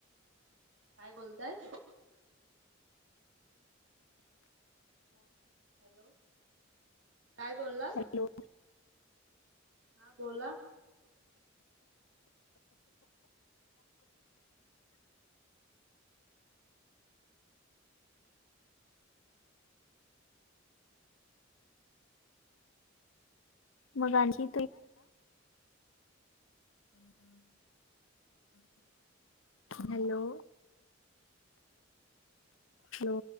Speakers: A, on the right; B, on the left.
A: काय बोलताय? हॅलो, काय बोलला?
B: हॅलो!
A: हा बोला!
B: मग आणखी हॅलो! हॅलो!